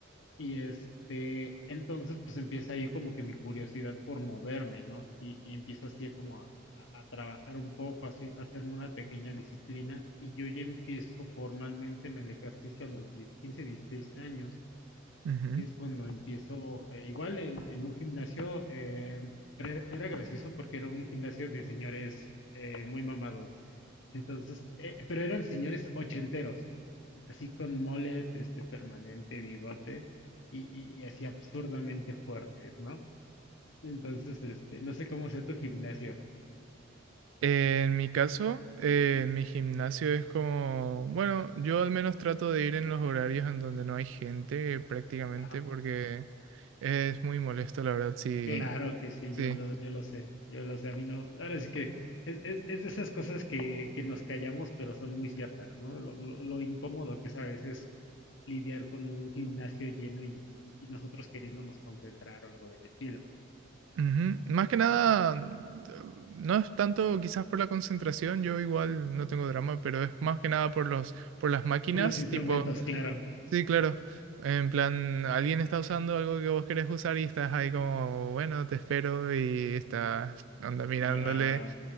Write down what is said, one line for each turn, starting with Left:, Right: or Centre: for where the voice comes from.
Left: Y este, entonces pues empieza ahí como que mi curiosidad por moverme, ¿no? Y, y empiezo así a como a, a- a trabajar un poco, así, a hacerme una pequeña disciplina. Y yo ya empiezo formalmente en el ejercicio a los 10 15 16 años,
Right: Ujú.
Left: que es cuando empiezo, eh, igual en, en un gimnasio, eh, pero era, era gracioso porque era un gimnasio de señores eh, muy mamados. Entonces, eh, pero eran señores ochenteros así con mullet, este permanente, bigote y, y, y así absurdamente fuertes, ¿no? Entonces, este, no sé cómo sea tu gimnasio.
Right: En mi caso, eh, mi gimnasio es como, bueno, yo al menos trato de ir en los horarios en donde no hay gente prácticamente
Left: Ajá,
Right: porque es muy molesto, la verdad, sí,
Left: claro que sí,
Right: sí.
Left: yo lo, yo lo sé, yo lo sé, a mí no, ahora sí que es, es, es de esas cosas que, que nos callamos, pero son muy ciertas, ¿no? Lo, lo, lo incómodo que es a veces lidiar con un gimnasio lleno y, y- y nosotros queriéndonos concentrar o algo del estilo.
Right: Ujú. Más que nada, mm, no es tanto quizás por la concentración, yo igual no tengo drama, pero es más que nada por los, por las máquinas,
Left: Por los instrumentos,
Right: tipo,
Left: claro.
Right: sí, claro, en plan, alguien está usando algo que vos querés usar y estás ahí como, bueno, te espero y estás, anda mirándole,
Left: Guau,